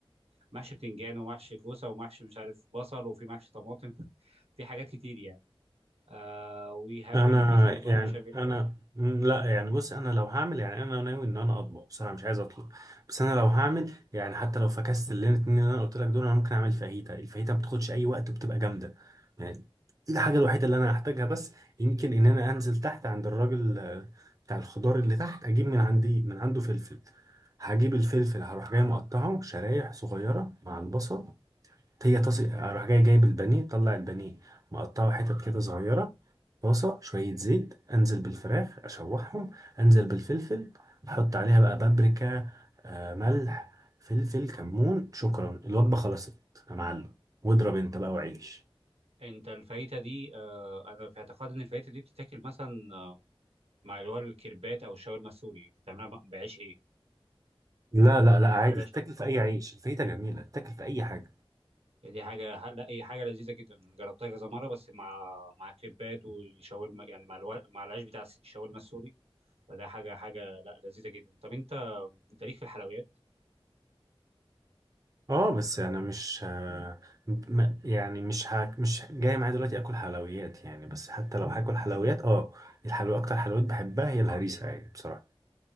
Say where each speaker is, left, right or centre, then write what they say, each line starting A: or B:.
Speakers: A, on the right; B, on the right.
A: محشي بتنجان ومحشي كوسه ومحشي مش عارف بصل وفي محشي طماطم <laughs> في حاجات كتير يعني آه وهاكل
B: انا
A: مثلا مكرونه
B: يعني
A: بشاميل
B: انا مم، لا يعني بص انا لو هعمل يعني انا ناوي ان انا اطبخ بصراحه مش عايز اطلب بس انا لو هعمل يعني حتى لو فكست اللي الاتنين اللي انا قلت لك دول انا ممكن اعمل فاهيتا الفاهيتا ما بتاخدش اي وقت وبتبقى جامده يعني الحاجه الوحيده اللي انا هحتاجها بس يمكن ان انا انزل تحت عند الراجل آه، بتاع الخضار اللي تحت اجيب من عندي من عنده فلفل هجيب الفلفل هروح جاي مقطعه شرايح صغيره مع البصل هي طاسة اروح جاي جايب البانيه طلع البانيه مقطعه حتت كده صغيرة طاسة شوية زيت انزل بالفراخ اشوحهم انزل بالفلفل احط عليها بقى بابريكا آه، ملح فلفل كمون شكرا الوجبة خلصت يا معلم واضرب انت بقى وعيش
A: انت الفايته دي آه انا في اعتقاد ان الفايته دي بتتاكل مثلا آه، مع اللي هو الكريبات او الشاورما السوري انت بتعملها بعيش ايه؟
B: لا لا لا عادي
A: تاكلها بعيش
B: تاكل في اي عيش الفايدة جميلة تاكل في اي حاجة
A: إيه؟ دي حاجه لا هي حاجه لذيذه جدا جربتها كذا مره بس مع مع كريبات وشاورما يعني مع الور... مع العيش بتاع الشاورما السوري فده حاجه حاجه لا لذيذه جدا طب انت انت ليك في الحلويات
B: اه بس انا مش آه، م- يعني مش هاك مش جاي معايا دلوقتي اكل حلويات يعني بس حتى لو هاكل حلويات اه الحلويات اكتر حلويات بحبها هي الهريسه يعني بصراحه